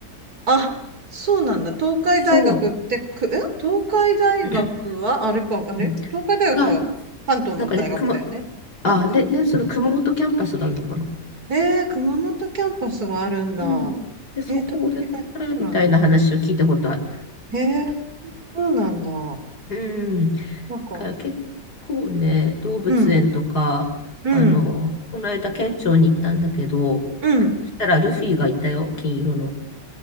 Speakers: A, on the right; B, on the left.
A: あ、そうなんだ。東海大学ってく、
B: そう、
A: え東海大学は、
B: <clears throat>
A: あれか、あれ東海大学は関東の大学だよね。
B: うんが、なんかね、熊、ああ、
A: んか
B: で、ね、その熊本キャンパスがあるのかな。
A: えー、熊本キャンパスがあるんだ。
B: うん。で、そこを出たから、
A: えー、東海大の人なんだ。
B: みたいな話を聞いたことある。
A: えー、そうなんだ。
B: うん。
A: なんか、
B: から結構ね、動物園とか、
A: うん、うん、
B: あの、この間県庁に行ったんだけど、
A: うん。
B: そしたらルフィがいたよ、金色の。